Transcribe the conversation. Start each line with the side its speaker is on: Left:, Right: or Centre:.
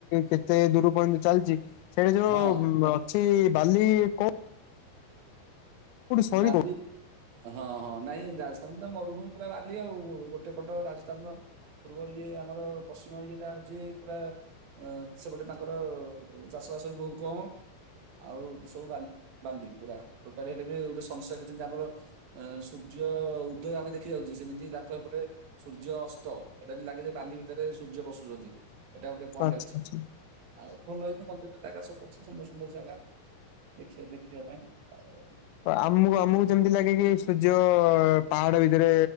Left: କେତେ ଦୂର ପଅନ୍ତେ ଚାଲିଛି ସେଇ ଯୋଉ
Right: ହଁ ବା-
Left: ଅଛି ବାଲି କୋ ସରି
Right: ବାଲିି
Left: କୋଉ
Right: ହଁ ହଁ ନାଇଁ ରାଜସ୍ଥାନରେ ତ ମରୁଭୂମି ପୁରା ବାଲି ଆଉ ଗୋଟେ ପଟ ରାଜସ୍ଥାନର ପୂର୍ବ ଇଏ ଆମର ପଶ୍ଚିମ ଇଏଟା ହଉଛି ପୁରା ଅ ସେପଟେ ତାଙ୍କର ଚାଷ ବାସ ବି ବହୁତ କମ ଆଉ ସବୁ ବା ବଲ୍ଲୀ ପୁରା ଟୋଟାଲି ହେଲେ ବି ଗୋଟେ ସନସେଟ ଯେମତି ଆମର ଅ ସୂର୍ଯ୍ୟ ଉଦୟ ଆମେ ଦେଖି ଯାଉଛେ ସେମିତି ତାଙ୍କ ଏପଟେ ସୂର୍ଯ୍ୟ ଅସ୍ତ ଏଟା <inaudible> ଲାଗେ ଯେ ବାଲି ଭିତରେ ସୂର୍ଯ୍ୟ ପଶୁଛନ୍ତି ଏଇଟା ଗୋଟେ ପଏଣ୍ଟ
Left: ଆଚ୍ଛା
Right: ଅଛି
Left: ଆଚ୍ଛା।
Right: ଆଉ ଭଲ ଏଇନେ ମନ୍ଦିର ଜାଗା ସବୁ ଅଛି ସୁନ୍ଦର ସୁନ୍ଦର ଜାଗା ଦେଖିବା ଦେଖିବା ପାଇଁ ଆଉ
Left: ଆମକୁ ଆମକୁ ଯେମତି ଲାଗେ କି ସୂର୍ଯ୍ୟ ପାହାଡ ଭିତରେ